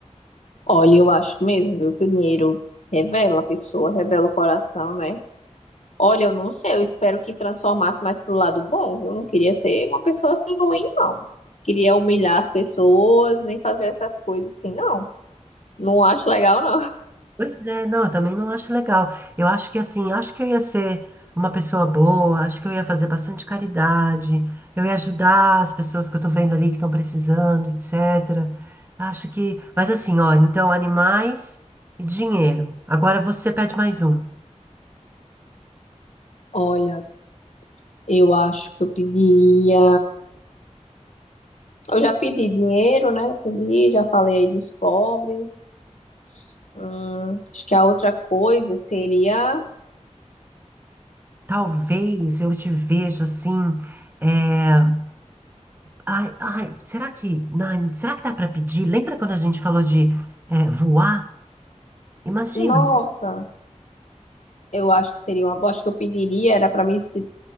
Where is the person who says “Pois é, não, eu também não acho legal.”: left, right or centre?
Right